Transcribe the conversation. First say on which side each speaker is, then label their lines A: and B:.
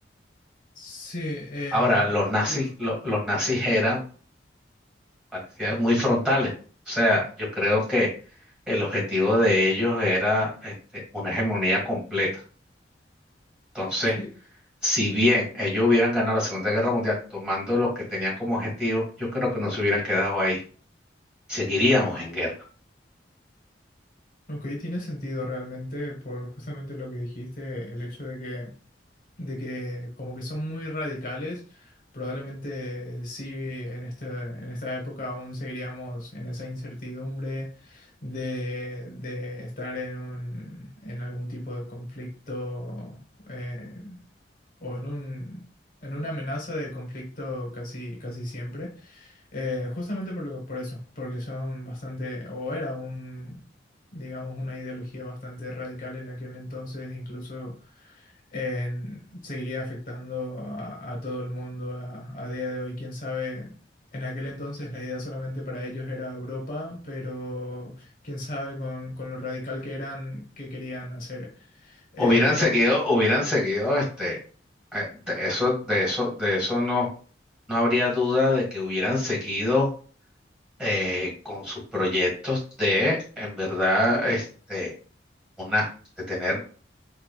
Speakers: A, on the left (about 50°); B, in the centre.
A: Sí, eh,
B: Ahora, los nazis,
A: y ju-
B: lo- los nazis eran, parecían muy frontales. O sea, yo creo que el objetivo de ellos era, este, una hegemonía completa. Entonces,
A: sí,
B: Si bien ellos hubieran ganado la Segunda Guerra Mundial tomando lo que tenían como objetivo, yo creo que no se hubieran quedado ahí. Seguiríamos en guerra.
A: ok, tiene sentido realmente por justamente lo que dijiste, el hecho de que de que como que son muy radicales. Probablemente sí, en este, en esta época aún seguiríamos en esa incertidumbre de, de estar en un, en algún tipo de conflicto eh, o en un, en una amenaza de conflicto casi, casi siempre. Eh, justamente por lo- por eso, porque son bastante, o era un, digamos, una ideología bastante radical en aquel entonces, incluso en- seguiría afectando a, a todo el mundo a, a día de hoy. Quién sabe, en aquel entonces la idea solamente para ellos era Europa, pero quién sabe con, con lo radical que eran, qué querían hacer. Eh,
B: Hubieran seguido,
A: o-
B: hubieran seguido, este, eh, de eso, de eso, de eso no, no habría duda de que hubieran seguido eh, con sus proyectos de, en verdad, este, una, de tener